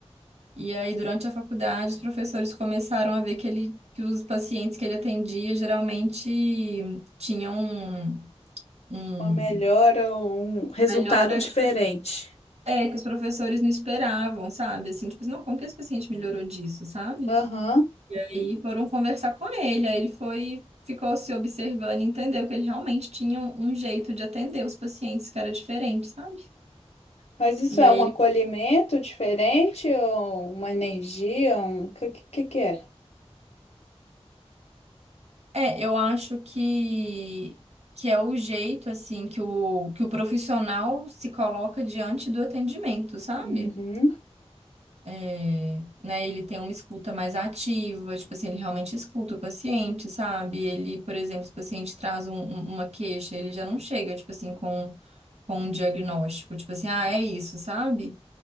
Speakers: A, on the right; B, on the left.
A: E aí, durante a faculdade, os professores começaram a ver que ele, que os pacientes que ele atendia geralmente tinham um, um
B: uma melhora ou um resultado
A: melhora,
B: diferente.
A: tipo É, que os professores não esperavam, sabe? Assim, tipo, assim, não, como que esse paciente melhorou disso, sabe?
B: Aham.
A: E aí foram conversar com ele, aí ele foi, ficou se observando e entendeu que ele realmente tinha um um jeito de atender os pacientes que era diferente, sabe?
B: Mas isso
A: E
B: é
A: aí
B: um
A: ele.
B: acolhimento diferente ou uma energia? Um... O que, que, que é?
A: É, eu acho que, que é o jeito, assim, que o, que o profissional se coloca diante do atendimento, sabe?
B: Uhum.
A: É, né? Ele tem uma escuta mais ativa, tipo assim, ele realmente escuta o paciente, sabe? Ele, por exemplo, se o paciente traz um- um- uma queixa, ele já não chega, tipo assim, com, com um diagnóstico, tipo assim, ah, é isso, sabe?